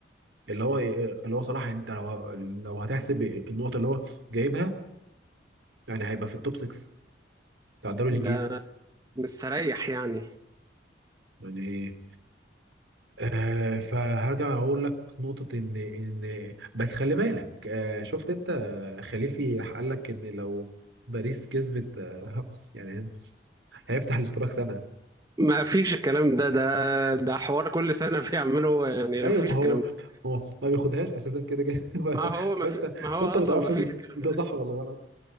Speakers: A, on the right; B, on the right.
A: اللي هو آه، اللي هو صلاح انت لو لو هتحسب النقط اللي هو جايبها يعني هيبقى في التوب 6 بتاع الدوري الانجليزي
B: ده مستريح يعني
A: يعني آه فهرجع اقول لك نقطة ان ان بس خلي بالك آه شفت انت آه، خليفي راح قال لك ان لو باريس كسبت آه <laughs> يعني هيفتح الاشتراك سنة
B: ما فيش الكلام ده ده ده حوار كل سنة بيعمله يعني
A: ايوه
B: ما فيش
A: ما
B: الكلام
A: هو
B: ده
A: هو ما بياخدهاش اساسا كده كده
B: ما
A: <laughs>
B: هو ما
A: فانت
B: في ما هو
A: فانت ما
B: أصلا
A: تعرفش
B: ما فيش
A: ده
B: الكلام
A: ده
B: ده
A: صح ولا غلط